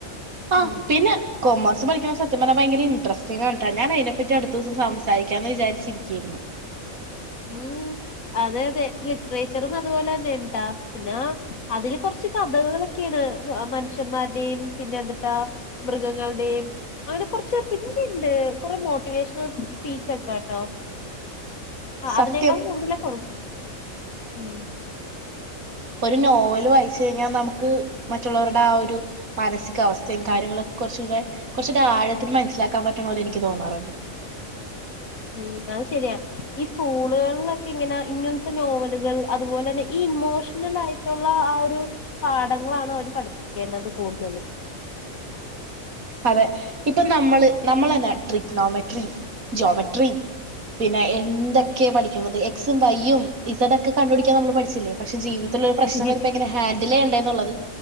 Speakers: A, on the right (about 85°); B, on the left (about 80°).
A: ആഹ്
B: ഉം
A: പിന്നെ കോമ സ് പഠിക്കണ സത്യം പറ ഭയങ്കര ഇൻട്രസ്റ്റിംഗാട്ടാ ഞാൻ അതിനെപ്പറ്റി അടുതീസ്സം സംസാരിക്കാന്ന് വിചാരിച്ചിരിക്കയായിരുന്നു
B: ഉം അതെ അതെ ലിറ്ററേച്ചറും അതുപോലെ തന്നെ ഉണ്ടാ പിന്നെ അതില് കുറച്ച് കഥകകളൊക്കെയാണ് മനുഷ്യന്മാരുടെയും പിന്നെ എന്തട്ടാ മൃഗങ്ങളുടെയും അങ്ങനെ കുറച്ച് പിന്നെ ഉണ്ട് കുറെ മോട്ടിവേഷണൽ സ്പീച്ച് ഒക്കെ <unintelligible> ആ
A: സത്യം
B: അതിനേക്കാൾ കൂടുതല കൊടു ഉം
A: ഒരു നോവല് വായിച്ചു കഴിഞ്ഞാൽ നമുക്ക് മറ്റുള്ളവരുടെ ആ ഒരു മാനസിക അവസ്ഥയും കാര്യങ്ങളൊക്കെ കുറച്ചുകൂടെ കുറച്ച ആഴത്തിന് മനസ്സിലാക്കാൻ പറ്റണലെ എനിക്ക് തോന്നാറുണ്ട്
B: ഉം അത് ശരിയാ ഈ സ്കൂളുകളിലൊക്കെ ഇങ്ങനെ ഇങ്ങനത്തെ നോവലുകൾ അതുപോലെന്നെ ഈ ഇമോഷണൽ ആയിട്ടുള്ള ആ ഒരു പാഠങ്ങളാണ് അവര് പഠിപ്പിക്കേണ്ടത് കൂടുതലും
A: അതെ ഇപ്പൊ നമ്മള് നമ്മൾന്നെ ട്രിപനോമെട്രി ജോമെട്രി പിന്നെ എന്തൊ കെ പഠിക്കുന്നത് എക്സും വൈയ്യും ഇസടോക്കെ കണ്ട് പിടിക്കാനമ്മള് പഠിച്ചില്ലേ പക്ഷെ ജീവിത ഇതിലെ
B: കൂടുതലും
A: പ്രശ്നം വരുമ്പോ എങ്ങനെ ഹാൻഡിലേയ്യേണ്ടേ എന്നുള്ളത്